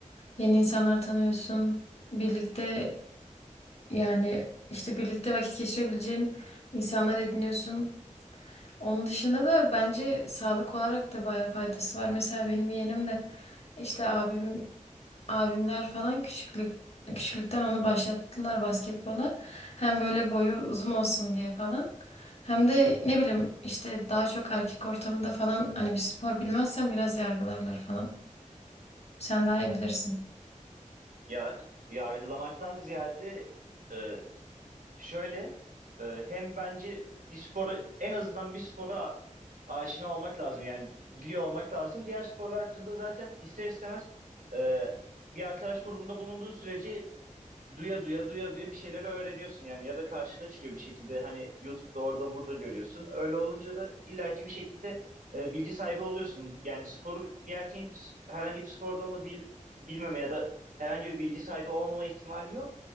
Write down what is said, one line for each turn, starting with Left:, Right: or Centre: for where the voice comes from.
Left: yeni insanlar tanıyorsun, birlikte yani işte birlikte vakit geçirebileceğin insanlar ediniyorsun. Onun dışında da bence sağlık olarak da bayağı faydası var. Mesela benim yeğenim de işte abim abimler falan küçüklük küçüklükten onu başlattılar basketbola. Hem böyle boyu uzun olsun diye falan. Hem de ne bileyim işte daha çok erkek ortamında falan hani bir spor bilmezsen biraz yargılarlar falan. Sen daha iyi bilirsin.
Right: ya yargılamaktan ziyade e, Şöyle e, hem bence bir sporu en azından bir spora a- aşina olmak lazım. Yani biliyor olmak lazım. Diğer sporlar hakkında zaten ister istemez e, bir arkadaş grubunda bulunduğun sürece duya duya duya duya bir şeyleri öğreniyorsun yani ya da karşına çıkıyor bir şekilde hani YouTube'da orada burada görüyorsun. Öyle olunca da illaki bir şekilde e, bilgi sahibi oluyorsun. Yani sporu bir erkeğin s- herhangi bir spor dalını bil, bilmeme ya da herhangi bir bilgi sahibi olmama ihtimali yok.